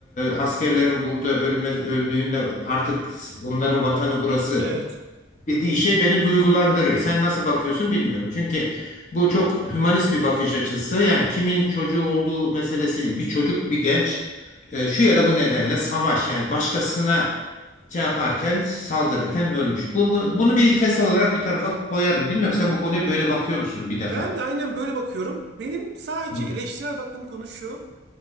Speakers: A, on the left; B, on the right.
A: askerlerin burada ölme, öldüğünde artık onların vatanı burası
B: Evet.
A: dediği şey beni duygulandırır. Sen nasıl bakıyorsun bilmiyorum. Çünkü bu çok hümanist bir bakış açısı. Yani kimin çocuğu olduğu meselesi değil. Bir çocuk, bir genç e, şu ya da bu nedenle savaş yani başkasına şey yaparken saldırırken ölmüş. Bu, bu- bunu bir ilkesel olarak bir tarafa koyarım. Bilmiyorum sen bu konuya böyle bakıyor musun bir defa?
B: Ben de aynen böyle bakıyorum. Benim sadece
A: Hı.
B: eleştirel baktığım konu şu.